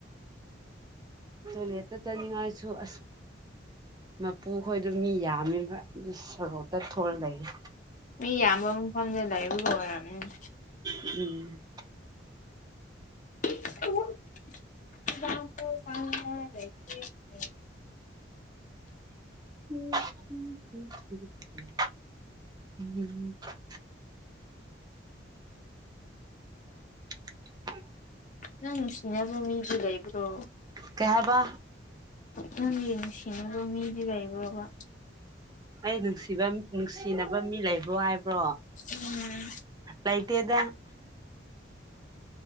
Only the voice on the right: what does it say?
ꯇꯣꯏꯂꯦꯠꯇ ꯆꯠꯅꯤꯡꯉꯥꯏ ꯁꯨ ꯑꯁ ꯃꯄꯨ ꯈꯣꯏꯗꯣ ꯃꯤ ꯌꯥꯝꯃꯤꯕ ꯑꯁ ꯁ‌ꯣꯔꯣꯛꯇ ꯊꯣꯛꯑꯒ ꯂꯩꯌꯦ
ꯎꯝ
ꯎꯝ ꯎ ꯎꯝ <inaudible>
ꯀꯩ ꯍꯥꯏꯕ
ꯑꯩ ꯅꯨꯡꯁꯤꯕ ꯅꯨꯡꯁꯤꯅꯕ ꯃꯤ ꯂꯩꯕ꯭ꯔꯣ ꯍꯥꯏꯕ꯭ꯔꯣ
ꯂꯩꯇꯦꯗ